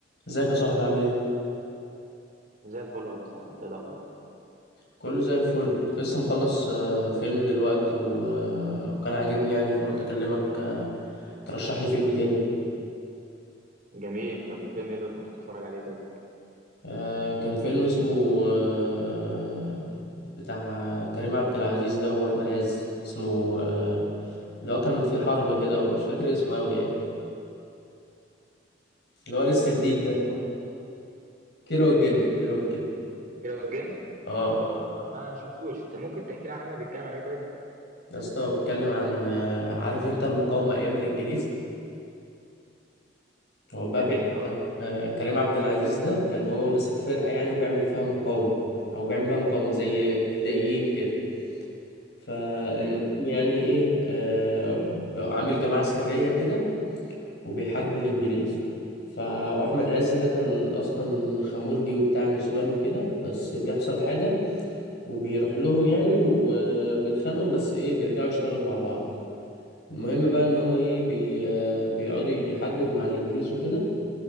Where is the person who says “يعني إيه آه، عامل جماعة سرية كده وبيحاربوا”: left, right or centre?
Left